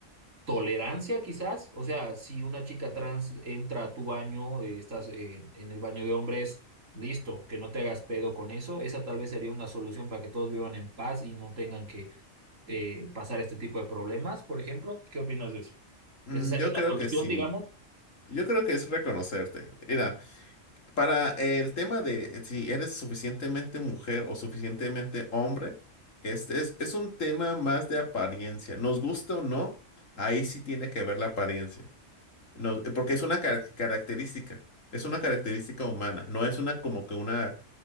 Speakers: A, on the right; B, on the left.
A: tolerancia quizás, o sea, si una chica trans entra a tu baño, eh, estás eh, en el baño de hombres, listo, que no te hagas pedo con eso, esa tal vez sería una solución para que todos vivan en paz y no tengan que eh, pasar este tipo de problemas, por ejemplo, ¿qué opinas de eso?
B: Mm,
A: Esa sería
B: yo
A: una
B: creo
A: solución,
B: que sí.
A: digamos.
B: Yo creo que es reconocerte. Mira, para el tema de si eres suficientemente mujer o suficientemente hombre, es, es, es un tema más de apariencia. Nos gusta o no, ahí sí tiene que ver la apariencia. Nos- porque es una car- característica. Es una característica humana. No es una como que una